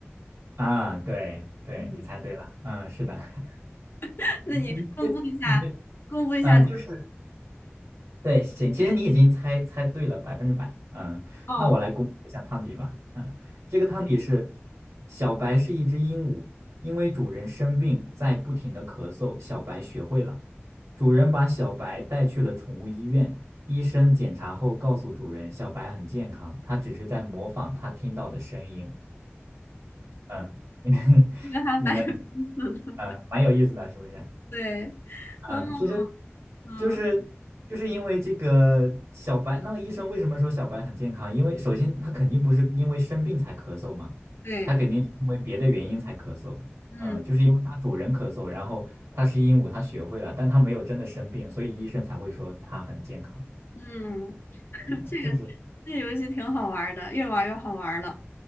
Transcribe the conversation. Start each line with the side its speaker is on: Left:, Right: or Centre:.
Right: 啊，对对，
Left: 嗯，
Right: 你猜对了，嗯，是的，
Left: <laughs>
Right: <laughs>
Left: 那你公布一下，
Right: 你你你这，<laughs>
Left: 公布一下。
Right: 嗯，就是对，行，其实你已经猜猜对了百分之百，嗯，
Left: 哦，
Right: 那我来公布一下汤底吧，嗯，这个汤底是小白是一只鹦鹉，因为主人生病在不停的咳嗽，小白学会了，主人把小白带去了宠物医院，医生检查后告诉主人，小白很健康，它只是在模仿它听到的声音，嗯，<laughs>
Left: 这个还蛮有意思的。
Right: 你能，嗯，蛮有意思的，是不是？
Left: 对，嗯
Right: 嗯，其实
Left: 嗯，
Right: 就是就是因为这个小白，那个医生为什么说小白很健康？因为首先他肯定不是因为生病才咳嗽嘛，
Left: 对，
Right: 他肯定是因为别的原因才咳嗽。
Left: 嗯
Right: 嗯，就是因为他主人咳嗽，然后他是鹦鹉，他学会了，但他没有真的生病，所以医生才会说他很健康。
Left: 嗯，<laughs>
Right: 嗯，
Left: 这个这游戏挺好玩儿的，
Right: 就是
Left: 越玩儿越好玩儿了。